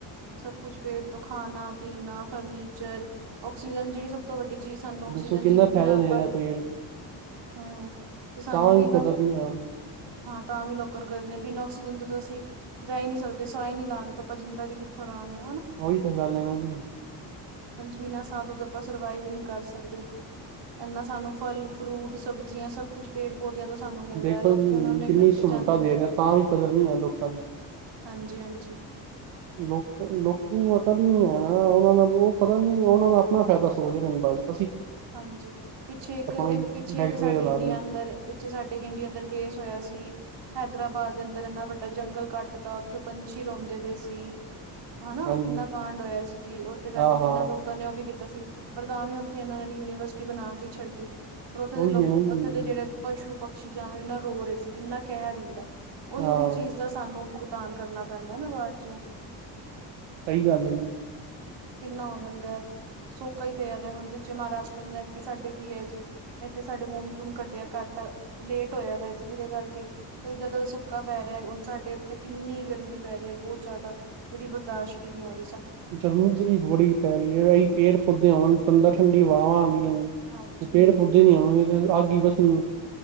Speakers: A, on the right; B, on the right.
A: ਸਭ ਕੁਝ ਪੇਟ ਤੋਂ ਖਾਣਾ ਨਾ ਫਰਨੀਚਰ ਆਕਸੀਜਨ ਜਿਹੜੀ ਸਭ ਤੋਂ ਵੱਡੀ ਜੀ ਸਾਨੂੰ ਆਕਸੀਜਨ
B: ਦੱਸੋ ਕਿੰਨਾ
A: ਜੀ ਦੇ ਬਿਨਾਂ
B: ਫਾਇਦਾ
A: ਆਪਾਂ
B: ਰਿਹਾ ਪੇੜ
A: ਹਾਂ ਤੂੰ ਸਾਨੂੰ
B: ਤਾਂ
A: ਵੀ ਨਾ
B: ਕਦਰ ਨਹੀਂ ਹੈ ਉਹਦੀ
A: ਤਾਂ ਵੀ ਲੋਕਾਂ ਨੂੰ ਗਰਮੀ ਲਗਦੀ ਬਿਨਾਂ ਆਕਸੀਜ਼ਨ ਜਦੋਂ ਅਸੀਂ ਰਹਿ ਨਹੀਂ ਸਕਦੇ ਸਾਹ ਹੀ ਨਹੀਂ ਲਵਾਂਗੇ ਤੇ ਆਪਾਂ ਜਿੰਦਾ ਕਿਥੋਂ ਰਵਾਂਗੇ
B: ਉਹੀ ਤੇ ਗੱਲ ਹੈ ਨਾ ਜੀ
A: ਬਿਨਾਂ ਸਾਹ ਤੋਂ ਆਪਾ ਸਰਵਾਏ ਵੀ ਨਹੀਂ ਕਰ ਸਕਦੇ ਉਨਾ ਸਾਨੂੰ ਫਲ ਫਰੂਟ ਸਬਜ਼ੀਆਂ ਸਭ ਕੁੱਛ ਪੇੜ ਪੌਦਿਆਂ ਤੋਂ ਸਾਨੂੰ ਮਿਲਦਾ
B: ਦੇਖੋ
A: ਹੈ ਲੋਕੀ ਉਹਨਾਂ ਨੂੰ
B: ਕਿੰਨੀ
A: ਕੱਟੀ
B: ਸਹੂਲਤਾਂ
A: ਜਾਂਦੇ ਨੇ
B: ਦੇ ਰਹੀਆਂ ਤਾਂ ਵੀ ਕਦਰ ਨਹੀਂ ਲੋਕਾਂ ਨੂੰ
A: ਹਾਂਜੀ ਹਾਂਜੀ
B: <unintelligible> <unintelligible> ਪਤਾ ਨਹੀਂ ਉਹਨਾਂ ਦਾ ਆਪਣਾ ਫਾਇਦਾ ਸੋਚ ਰਹਿੰਦਾ ਸੀ
A: ਹਾਂਜੀ ਪਿੱਛੇ ਇੱਕ
B: ਹੀ
A: ਇੱਕ ਪਿੱਛੇ
B: ਫੈਕਟਰੀ
A: ਇੱਕ ਸਾਡੇ
B: ਚਲਾ
A: ਇੰਡੀਆ
B: ਲਈ
A: ਅੰਦਰ ਪਿੱਛੇ ਸਾਡੇ ਇੱਕ ਇੰਡੀਆ ਅੰਦਰ ਕੇਸ ਹੋਇਆ ਸੀ ਹੈਦਰਾਬਾਦ ਦੇ ਅੰਦਰ ਇੰਨਾ ਵੱਡਾ ਜੰਗਲ ਕੱਟ ਤਾ ਉੱਥੇ ਪੰਛੀ ਰੋਂਦੇ ਪਏ ਸੀ ਹਨਾ
B: ਹਾਂਜੀ
A: ਕਿੰਨਾ ਕਾਂਡ ਹੋਇਆ ਸੀ ਜੀ ਉੱਥੇ ਕਰਕੇ
B: ਹਾਂ
A: ਕਿੰਨਾ
B: ਹਾਂ
A: ਲੋਕਾਂ ਨੇ ਉਹ ਵੀ ਕੀਤਾ ਸੀ ਪਰ ਤਾਂ ਵੀ ਉੱਥੇ ਇਹਨਾਂ ਨੇ ਯੂਨੀਵਰਸਿਟੀ ਬਣਾ ਕੇ ਛੱਡੀ ਪਰ ਉੱਥੇ
B: ਉਹੀ
A: ਦੇ ਲੋਕ
B: ਹੈ ਨਾ ਜੀ
A: ਉੱਥੇ ਦੇ ਜਿਹੜੇ ਪਸ਼ੂ ਪ ਪਕਸ਼ੀ ਜਾਣਨਾ ਰੋ ਰਹੇ ਸੀ ਕਿੰਨਾ ਕਹਿਰ ਹੁੰਦਾ ਉਹੀ
B: ਹਾਂ
A: ਉਹੀ ਚੀਜ਼ ਦਾ ਸਾਨੂੰ ਭੁਗਤਾਨ ਕਰਨਾ ਪੈਂਦਾ ਨਾ ਬਾਅਦ ਚੋਂ
B: ਸਹੀ ਗੱਲ ਹੈ ਜੀ
A: ਕਿੰਨਾ ਹੋ ਜਾਂਦਾ ਸੋਕਾ ਹੀ ਪਿਆਦਾ ਹੁਣ ਪਿੱਛੇ ਮਹਾਰਾਸ਼ ਸਾਡੇ ਕੀ ਹੈ ਜੀ ਇਥੇ ਸਾਡੇ ਮਨਸੂਨ ਕੱਟਿਆ ਕੱਟ ਲੇਟ ਹੋਇਆ ਜੀ ਜਿਹਦੇ ਕਰਕੇ ਜਦ ਦਾ ਸੁੱਕਾ ਪੈ ਰਿਹਾ ਹੁਣ ਸਾਡੇ ਇੱਥੇ ਕਿੰਨੀ ਗਰਮੀ ਪੈ ਰਹੀ ਹੈ ਬਹੁਤ ਜ਼ਿਆਦਾ ਜਿਹੜੀ ਬਰ ਲਾਸ਼ ਵੀ ਨਹੀਂ ਆਂਦੀ।
B: <unintelligible> ਪੇੜ ਪੌਦੇ ਆਂ ਹੁਣ ਅੰਦਰ ਠੰਡੀ ਵਾਹਵਾਂ ਆਉਂਦੀ
A: ਹਾਂਜੀ
B: ਪੇੜ ਪੌਦੇ ਨਹੀਂ ਹੋਣਗੇ ਤੇ ਅੱਗ ਹੀ ਵੜਸਣੀ